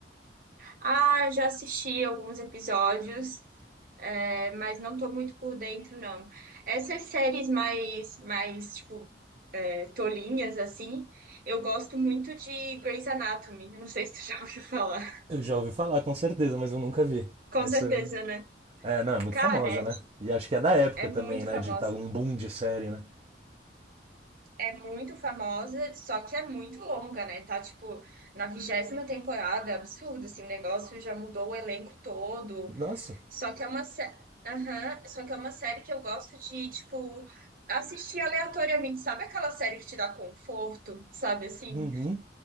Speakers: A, on the right (about 50°); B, on the right (about 35°).
A: Ah, eu já assisti alguns episódios, é, mas não tô muito por dentro, não. Essas séries mais, mais, tipo, tolinhas assim. Eu gosto muito de Grey's Anatomy. Eu não sei se tu <laughs> já ouviu falar.
B: Eu já ouvi falar, com certeza, mas eu nunca vi.
A: Com
B: Essa
A: certeza, né?
B: É, não, é muito
A: Cara,
B: famosa,
A: é,
B: né?
A: ti-
B: E acho que é da época
A: é muito
B: também, né?
A: famosa.
B: De estar um boom de série, né?
A: É muito famosa, só que é muito longa, né? Tá, tipo, na vigésima temporada, é absurdo, assim, o negócio já mudou o elenco todo.
B: Nossa,
A: Só que é uma série. Aham, Só que é uma série que eu gosto de, tipo, assistir aleatoriamente. Sabe aquela série que te dá conforto, sabe, assim?
B: uhum,